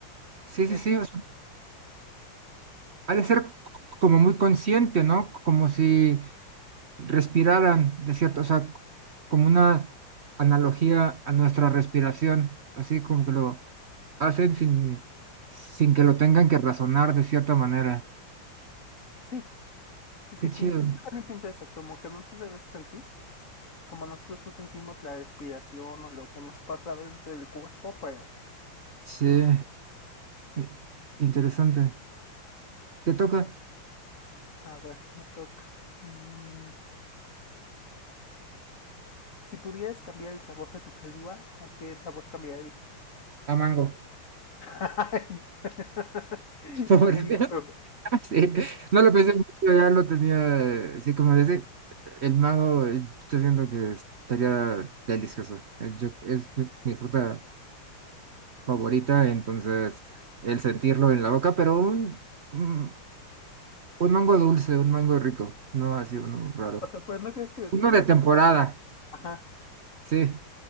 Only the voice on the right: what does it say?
Sí, sí,
sí, o sea, ha de ser como muy consciente, ¿no? Como si respiraran, de cierto, o sea, como una analogía a nuestra respiración, así como que lo hacen sin, sin que lo tengan que razonar de cierta manera.
Qué chido.
Sí,
i- interesante. Te toca
a Mango.
Fotografía,
<laughs> sí. No lo pensé mucho, ya lo tenía, eh, sí, como dice, el mango, eh, yo siento que estaría delicioso. Es, yo- es mi, mi fruta favorita, entonces el sentirlo en la boca, pero un, un, un mango dulce, un mango rico, no así uno raro.
Uno de
temporada,
sí,